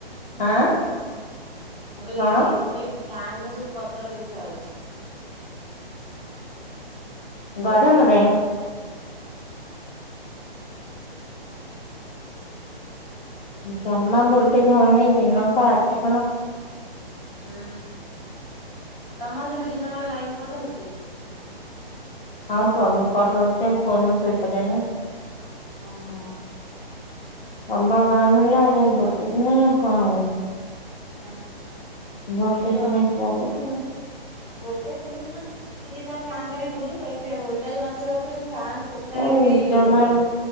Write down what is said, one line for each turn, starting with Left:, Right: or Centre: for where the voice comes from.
Left: ଆଁ
Centre: ମୁ କହିଲି
Left: କଣ
Centre: ସେଇଥିପାଇଁ। ଫ୍ୟାନ ର ସବୁ ପତ୍ର ଦେଖାାଯାଉଛି। ଭୋଲଟେଜ
Left: ଗରମରେ
Centre: ନାହିଁ।
Left: ଜମା ଭୋଲଟେଜ ହଉନି ଦିନ କଣ ରାତି କଣ।
Centre: ହୁଁ ତମର ସେଠି ଦିନ ବେଳେ ଲାଇନ କୋଟୁଛି?
Left: ହଁ ତମକୁ କଣ ହଉଛି ଆମ <unintelligible> ଶୋଇପାରିବନି।
Centre: ଓ ହୋଁ।
Left: ତମ୍ବ ଗରମ ହେଲେ ଆଉ ଯ ଭଟ କି ନା କଣ ହବ।
Centre: ହୁଁ।
Left: ଭୋଲ୍ଟେଜ
Centre: ସୂଚ
Left: ନାହିଁ <unintelligible> କଥା
Centre: ଭୋଲଟେଜ ହେଲେ ସିନା ଟିକେ ଯାହା ଫ୍ୟାନ ଟା ବି ବୁଲିବ ଏ ଭୋଲଟେଜ ନଥିବାକୁ ଫ୍ୟାନ ଟୋଟାଲି
Left: ସେ
Centre: ବି
Left: ଜମା
Centre: ବୁଲୁନି।